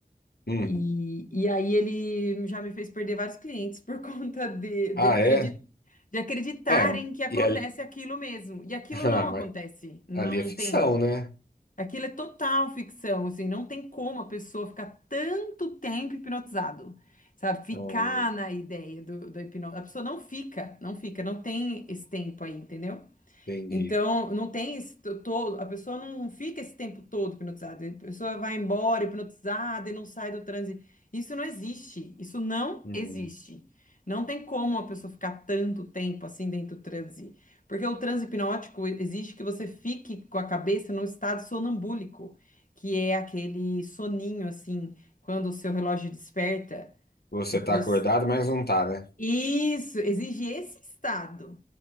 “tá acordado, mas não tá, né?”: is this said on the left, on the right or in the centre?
Left